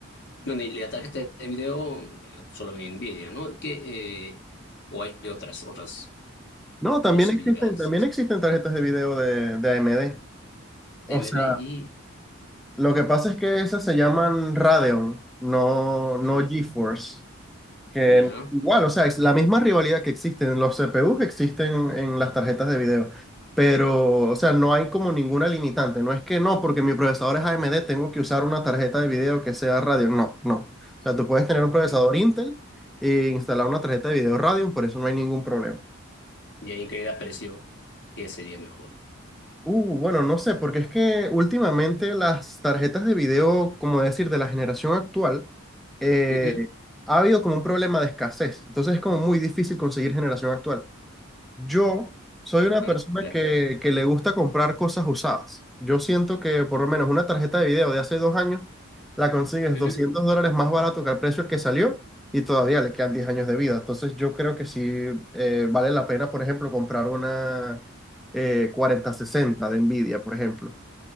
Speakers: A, on the left; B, in the centre.
A: no, ni la tarjeta de video eh, solo me Nvidia, ¿no? Que, eh, o hay otras, otras
B: No, también
A: posibilidades.
B: existen, también existen tarjetas de video de, de AMD. O
A: TMD
B: sea,
A: y
B: lo que pasa es que esas se llaman Radeon, no, no
A: mm,
B: GeForce. Que
A: ya.
B: igual, o sea, es la misma rivalidad que existe en los CPUs que existen en las tarjetas de video. Pero, o sea, no hay como ninguna limitante. No es que no, porque mi procesador es AMD, tengo que usar una tarjeta de video que sea Radeon. No, no. O sea, tú puedes tener un procesador
A: Ujú,
B: Intel e instalar una tarjeta de video Radeon, por eso no hay ningún problema.
A: Y ahí Increíble apreció que sería mejor.
B: Uh, bueno, no sé, porque es que últimamente las tarjetas de video, como decir, de la generación actual, eh,
A: Ujú,
B: ha habido como un problema de escasez. Entonces es como muy difícil conseguir generación actual. Yo soy una
A: ah,
B: persona
A: claro.
B: que, que le gusta comprar cosas usadas. Yo siento que por lo menos una tarjeta de video de hace dos años la consigues
A: Ujú.
B: 200 dólares más barato que el precio al que salió y todavía le quedan 10 años de vida. Entonces yo creo que sí eh, vale la pena, por ejemplo, comprar una eh, cuarenta sesenta de Nvidia, por ejemplo.